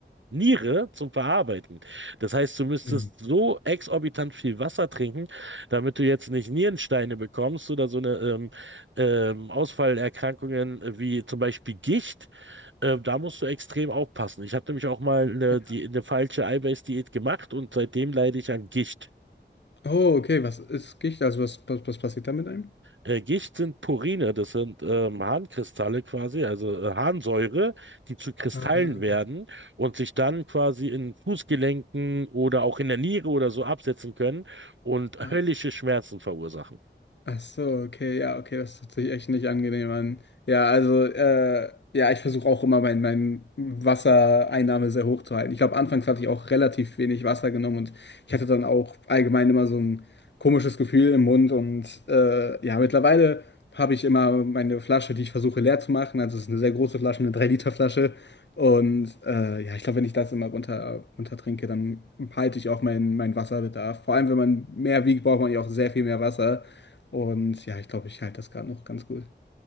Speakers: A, on the right (about 85°); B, on the left (about 70°).
A: Niere zum Verarbeiten. Das heißt, du müsstest
B: Hm.
A: so exorbitant viel Wasser trinken, damit du jetzt nicht Nierensteine bekommst oder so eine ähm, ähm, Ausfallerkrankungen wie zum Beispiel Gicht. Ähm, da musst du extrem aufpassen. Ich habe nämlich auch mal eine,
B: Ja.
A: die, eine falsche Eiweißdiät gemacht und seitdem leide ich an Gicht.
B: Oh, okay, was ist Gicht? Also was, was, was passiert da mit einem?
A: Äh, Gicht sind Purine, das sind ähm, Harnkristalle quasi, also äh, Harnsäure, die zu Kristallen
B: Ah,
A: werden und sich dann quasi in Fußgelenken oder auch in der Niere oder so absetzen können und
B: ah,
A: höllische Schmerzen verursachen.
B: Ach so, okay, ja, okay, das hört sich echt nicht angenehm an. Ja, also, äh, ja, ich versuche auch immer mein, mein Wassereinnahme sehr hoch zu halten. Ich glaube, anfangs hatte ich auch relativ wenig Wasser genommen und ich hatte dann auch allgemein immer so ein komisches Gefühl im Mund und äh, ja, mittlerweile habe ich immer meine Flasche, die ich versuche leer zu machen. Also, es ist eine sehr große Flasche, eine drei liter flasche Und äh, ja, ich glaube, wenn ich das immer runter, runter trinke, dann halte ich auch meinen meinen Wasserbedarf. Vor allem, wenn man mehr wiegt, braucht man ja auch sehr viel mehr Wasser. Und ja, ich glaube, ich halte das gerade noch ganz gut.